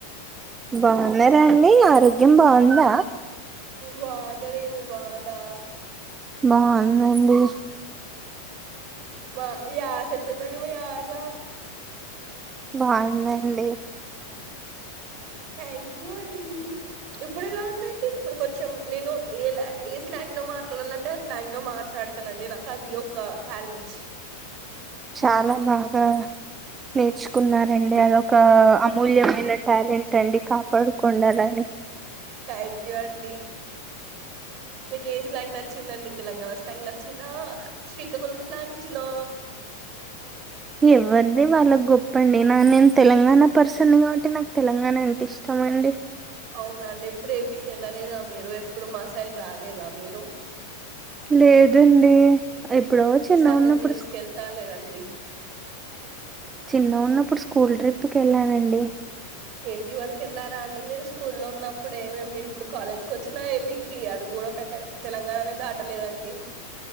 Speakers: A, on the right; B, on the right.
A: బాగున్నారండి ఆరోగ్యం బాగుందా
B: బాగుందండి మీరు బాగుందా
A: బాగున్ దండి
B: మా యాస ఎట్ంద అండి మా యాస
A: బాగుందండి
B: థ్యాంక్ యూ అంటడి ఇప్పుడు ఎలా ఉందండి ఇప్పుడు కొంచెం నేను ఏ ఏ స్లాంగ్ లో మాట్లాడాలంటే ఆ స్లాంగ్ లో మాట్లాడుతానండి నాకు అది ఒక టాలెంట్
A: చాలా బాగా నేర్చుకున్నారండి అదొక ఆమ్ మూల్యమైన ట్యాలెంట్ ట్టండి కాపాడుకోండి అలానే
B: థ్యాంక్ యూ అండి మీకు ఏ స్లాంగ్ నచ్చిందండి తెలంగాణ స్లాంగ్ నచ్చిందా శ్రీకాకుళం స్లాంగ్ చిధా
A: ఎవరిది వాళ్ళకు గొప్పండి. నా నేను తెలంగాణ పర్సన్ కాబట్టి నాకు తెలంగాణ అంటే ఇష్టమండి.
B: అవునా అండి. ఎప్పుడు ఏపీ కి వెళ్ళలేదా మీరు ఎప్పుడు మా సైడ్ రాలేదా మీరు.
A: లేదండి. ఎప్పుడో చిన్నగున్నప్పుడు
B: ఈసారి నేను తీసుకెళ్తాలేనండి
A: స్కూల్ చిన్నగున్నప్పుడు స్కూల్ ట్రిప్కి వెళ్ళానండి.
B: ఏ. పీ వరకు వెళ్ళారా అండి మీరు స్కూ లో ఉన్నప్పుడే. మేము ఇప్పుడు కాలేజ్కి వచ్చినా ఏ. పీకి అడుగు కూడా పెట్ట తెలంగాణనే దాటలేదండి.